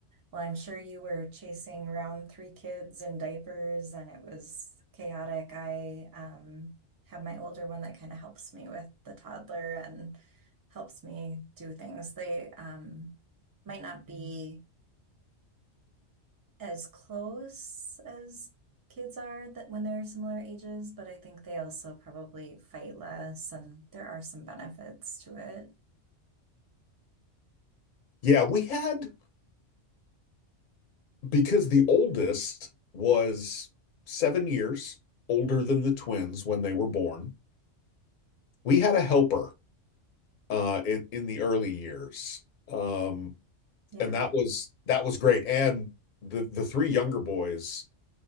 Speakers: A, on the right; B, on the left.
A: well, I'm sure you were chasing around three kids in diapers and it was chaotic. I um, have my older one that kind of helps me with the toddler and helps me do things. They um, might not be as close as kids are that when they're similar ages, but I think they also probably fight less and there are some benefits to it.
B: Yeah, we had because the oldest was seven years older than the twins when they were born. We had a helper uh, in in the early years, um,
A: Yeah.
B: and that was that was great. And the the three younger boys